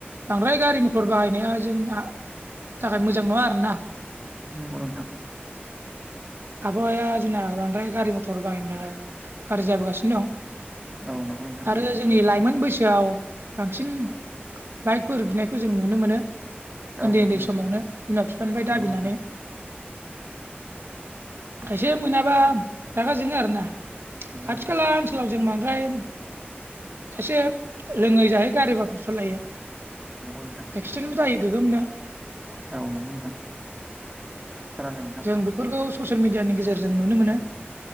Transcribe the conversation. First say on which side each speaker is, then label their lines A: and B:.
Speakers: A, on the right; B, on the right.
A: बांद्राय गारि मथर बाहायनाया जों आ थाखाय मोजां नङा आरो ना।
B: नंगौ नोंथां।
A: आबहावाया जोंना बांद्राय गारि मथर बाहायनायनि थाखाय गाज्रि जाबोगासिनो दं।
B: औ नंगौ नोंथां।
A: आरो जोंनि लाइमोन बैसोआव बांसिन बाइकफोर बिनायखौ जों नुनो मोनो।
B: औ
A: उन्दै
B: नंगौ
A: उन्दै
B: नोंथां
A: समावनो बिमा बिफानिफ्राय दाबिनानै
B: नंगौ नोंथां
A: खायसे मोनाबा रागा जोङो आरो ना
B: नंगौ
A: खाथि
B: नोंथां
A: खाला आथिखलाव जों बांद्राय खायसे लोङै जायै गारिफोरखौ सालायो
B: नंगौ नोंथां‌।
A: एक्सिडेन्टबो जायो गोगोमनो।
B: औ नंगौ नोंथां। खोनादों नोंथां
A: आं बेफोरखौ ससियेल मिडियानि गेजेरजों नुनो मोनो।